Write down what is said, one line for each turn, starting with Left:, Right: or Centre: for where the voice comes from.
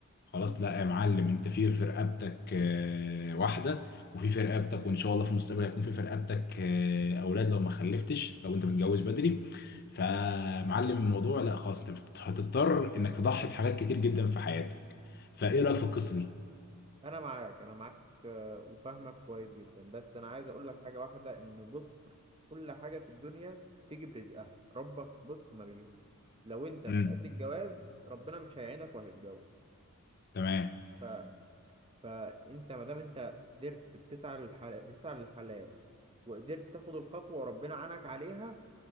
Left: خلاص
Right: مم.
Left: لا يا معلم انت في في رقبتك آه، واحده وفي في رقبتك وان شاء الله في المستقبل هيكون في في رقبتك آه، اولاد لو ما خلفتش لو انت متجوز بدري فمعلم الموضوع لا خلاص انت بت- هتضطر انك تضحي بحاجات كتير جدا في حياتك فايه رايك في القصه دي
Right: انا معاك انا معاك آه، وفاهمك كويس جدا بس انا عايز اقول لك حاجه واحده ان بص كل حاجه في الدنيا بتيجي برزقها ربك بص ما بيه لو انت مش
Left: امم
Right: قد الجواز ربنا مش هيعينك وهتتجوز
Left: تمام
Right: ف... فانت ما دام انت قدرت بتسعى للحلال بتسعى للحلال وقدرت تاخد الخطوه وربنا عانك عليها